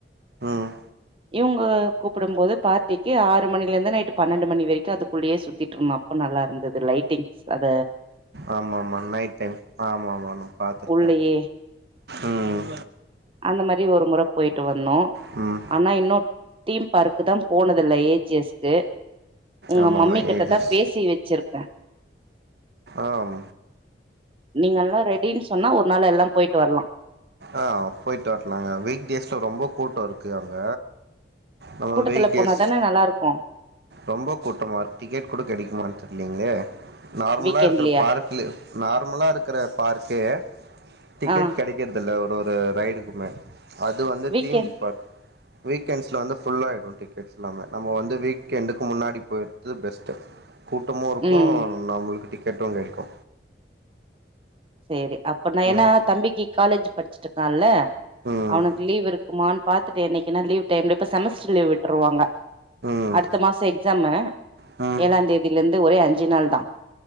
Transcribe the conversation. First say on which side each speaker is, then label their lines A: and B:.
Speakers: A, on the right; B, on the right.
A: ம்
B: இவுங்க கூப்படும் போது பார்டிக்கு ஆறு மணிலர்ந்து நைட்டு பன்னெண்டு மணி வரிக்கு அதுக்குள்ளயே சுத்திட்ருந்தோ அப்ப நல்லார்ந்தது லைட்டிங் சத
A: ஆமாமா நைட் டைம் ஆமாமா நா பாத்துருக்கே
B: உள்ளயே
A: ம்
B: அந்த மாரி ஒரு முற போய்ட்டு வந்தோ
A: ம்
B: ஆனா இன்னு டீம் பார்க்கு தா போனதில்ல ஏ ஜி எஸ் க்கு உங்க
A: ஆமாமா
B: மம்மி கிட்டதா
A: ஏஜஸ்
B: பேசி வெச்சிருக்கே
A: ஆம்
B: நீங்கெல்லா ரெடின் சொன்னா ஒரு நாள் எல்லா போய்ட்டு வர்லா
A: ஆ போய்ட்டு வர்லாங்க வீக் டேஸ்ல ரொம்ப கூட்டோ இருக்கு அங்க நம்ம
B: கூட்டத்துல
A: வீக் டேஸ்
B: போன தான நல்லார்க்கு
A: ரொம்ப கூட்டமா இருக் டிக்கெட் கூட கெடைக்குமான் தெர்லீங்களே நார்மலா
B: வீக்கெண்ட்லயா
A: இருக்கற பார்க் குலு நார்மலா இருக்கற பார்க்கே டிக்கெட்
B: ஆ
A: கெடைக்ற் துல்ல ஒரு ஒரு ரைடுக்குமே அது வந்து
B: வீக்கெண்ட்
A: தீம் பார்க் வீக்கெண்ட்ஸ்ல வந்து ஃபுல்லாய்டு டிக்கெட்ஸ் எல்லாமே நம்ம வந்து வீக்கெண்டுக்கு முன்னாடி போயர்து பெஸ்ட்டு கூட்டமு இருக்கு
B: ம்
A: நம்மளுக்கு டிக்கெட்டு கெடைக்கு
B: சேரி அப்ப நா
A: ம்
B: ஏனா தம்பிக்கு காலேஜு படிச்சிட்ருக்கால்ல
A: ம்
B: அவனுக்கு லீவ் இருக்குமான் பாத்துட்டு என்னைக்கின்னா லீவ் டைம்லே இப்ப செமஸ்டர் லீவ் விட்ருவாங்க
A: ம்
B: அடுத்த மாசோ எக்ஸாமு
A: ம்
B: ஏழாந்தேதிலிர்ந்து ஒரே அஞ்சு நாள் தா